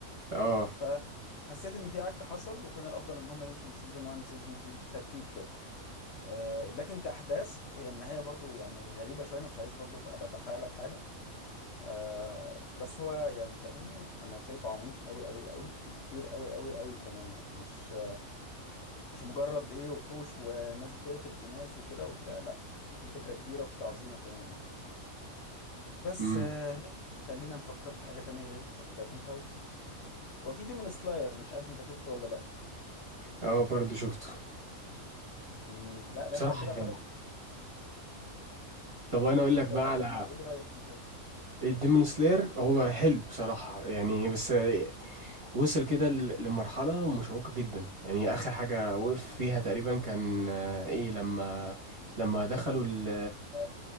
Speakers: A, on the right (about 25°); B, on the left (about 60°).
A: اه
B: فحسيت ان في عك حصل وكان الافضل ان هم يمشوا من سيزون 1 سيزون 2 بالترتيب كده آه، لكن كأحداث هي النهاية برضو يعني غريبة شوية أنا مش عايز برضو أبقى بحرق لك حاجة آه، بس هو يعني كأنمي أنا شايفه عميق أوي أوي أوي وكبير أوي أوي أوي كمان يعني مش مش مجرد إيه وحوش وناس بتقتل في ناس وكده وبتاع لأ في فكرة كبيرة وفكرة عظيمة كمان يعني بس
A: امم
B: آه، خلينا نفكر في حاجة تانية غير أتاك أون تايتن وفي ديمون سلاير مش عارف أنت شفته ولا لأ
A: اه برضه شفته
B: مم، لأ ده
A: بصراحة
B: أنت كده
A: حلو
B: خلاص
A: طب أنا أقول
B: أنت
A: لك بقى على
B: طب ما تقولي رأيك فيه كده
A: الديمون سلاير
B: مم.
A: هو حلو بصراحة يعني بس وصل كده ل- لمرحلة مشوقة جدا يعني آخر حاجة وقف فيها تقريبا كان آه، إيه لما لما دخلوا ال
B: آه،